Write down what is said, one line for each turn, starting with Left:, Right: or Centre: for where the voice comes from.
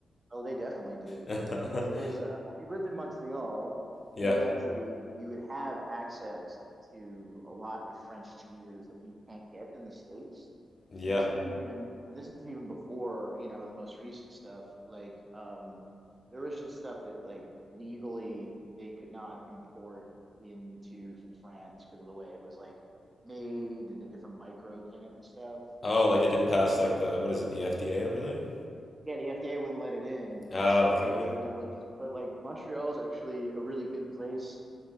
Right: Oh, they definitely do.
Left: <laughs>
Right: They definitely there is a well, if you lived in Montreal,
Left: Yeah,
Right: you've actually you would have access to a lot of French cheeses that we can't get in the States.
Left: yeah.
Right: And this is even and this is even before, you know, the most recent stuff. Like um there was just stuff that like legally they could not import into from France because of the way it was like made and the different microbes in it and stuff.
Left: Oh,
Right: So
Left: like it didn't pass like the what is it, the FDA over there?
Right: yeah, the FDA wouldn't let it in.
Left: Ah,
Right: That's the thing.
Left: okay.
Right: They would have like these, but like Montreal's actually a really good place